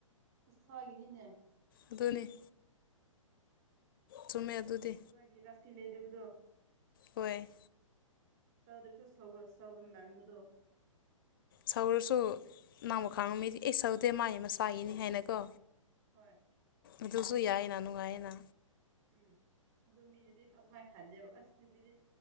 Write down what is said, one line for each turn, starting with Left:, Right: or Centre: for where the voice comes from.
Right: ꯃꯁꯥꯒꯤꯅꯤꯅꯦ
Left: ꯑꯗꯨꯣꯅꯤ ꯆꯨꯝꯃꯦ ꯑꯗꯨꯗꯤ
Right: ꯃꯥꯣꯏꯒꯤ ꯔꯁꯤ ꯂꯩꯗꯕꯗꯣ
Left: ꯍꯣꯏ
Right: ꯁꯧꯗꯁꯨ ꯁꯕꯝ ꯃꯦꯟꯕꯗꯣ
Left: ꯁꯧꯔꯁꯨ ꯅꯪꯕ ꯈꯥꯡꯉꯝꯃꯤꯗꯤ ꯑꯩ ꯁꯧꯗꯦ ꯃꯥꯒꯤ ꯃꯁꯥꯒꯤꯅꯤ ꯍꯥꯏꯅꯀꯣ
Right: ꯍꯣꯏ
Left: ꯑꯗꯨꯁꯨ ꯌꯥꯏꯌꯦꯅ ꯅꯨꯡꯉꯥꯏꯌꯦꯅ
Right: ꯎꯝ ꯑꯗꯨ ꯃꯤꯅꯗꯤ ꯑꯗꯨꯃꯥꯏꯅ ꯈꯟꯗꯦꯕ ꯑꯁ ꯅꯨꯄꯤꯗꯤ